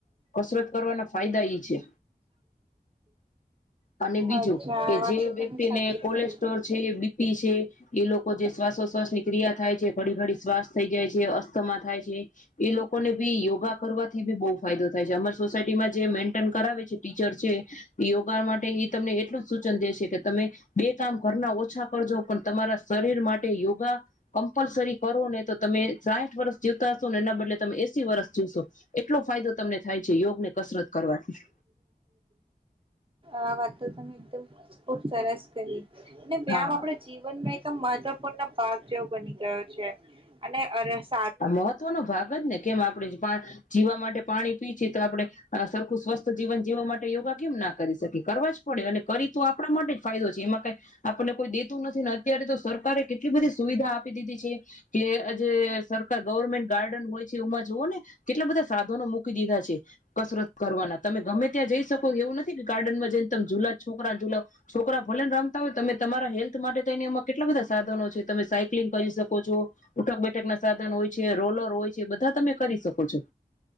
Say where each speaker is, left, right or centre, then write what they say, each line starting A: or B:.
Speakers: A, on the left (about 50°); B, on the right (about 35°).
A: કસરત કરવાના ફાયદા ઈ છે. અને બીજું
B: અચ્છા આ
A: કે
B: વાત
A: જે
B: તો
A: વ્યક્તિને
B: તમે સાચી
A: કોલેસ્ટ--.
B: કહી
A: છે, બીપી છે ઈ લોકો જે શ્વાસોશ્વાસ ની ક્રિયા થાય છે, ઘડી-ઘડી શ્વાસ થઈ જાય છે, અસ્થમાં થાય છે, ઈ લોક લોકોને બી યોગા કરવાથી બી બહ ફાયદો થાય છે અમારી સોસાયટીમાં જે મેન્ટેન કરાવે છે ટીચર છે યોગા માટે એ તમને એટલું જ સૂચન દે છે કે તમે--. કામ ઘર ના ઓછા કરજો પણ--. તમારા શરીર માટે યોગા કમ્પલસરી કરો ને તો તમે સાઠ વર્ષ જીવતા હશો ને એના બદલે તમે એસી વર્ષ જીવશો એટલો ફાયદો તમને થાય છે યોગને કસરત કરવાની.
B: આ વાત તો તમે તો ખુબ સરસ કહી. અને વ્યામ
A: હા
B: આપણા જીવનમાંય એકદમ મહત્વપૂર્ણ ભાગ જેવો બની ગયો છે. અને રસ
A: હા મહત્વનો ભાગ જ ને, કેમ આપણેે પા જીવા માટે પાણી પી છી તો આપણે સરખું સ્વસ્થ જીવન જીવવા માટે યોગા કેમ ના કરી શકી, કરવા જ પડે, અને કરી તો આપણા માટે જ ફાયદો છે, એમાં કાઈ આપણને કોઈ દેતું નથી, ને અત્યારે તો સરકારે કેટલી બધી સુવિધા આપી દીધી છે કે આજે સર કાર ગવર્મેન્ટ ગાર્ડન હોય છે, એમાં જુઓ ને કેટલા બધા સાધનો મૂકી દીધા છે, કસરત કરવાના. તમે ગમે ત્યાં જઈ શકો એવું નથી કે ગાર્ડનમાં જઈને તમે જુલા છોકરાન જુલાવ, છોકરા ભલે ને રમતા હોય તમે તમારા હેલ્થ માટે થઈને એમાં કેટલા બધા સાધનો છે, તમે સાયકલિંગ કરી શકો છો, ઉઠક બેઠક ના સાધ ધન હોય છે, રોલર હોય છે, એ બધા તમે કરી શકો છો.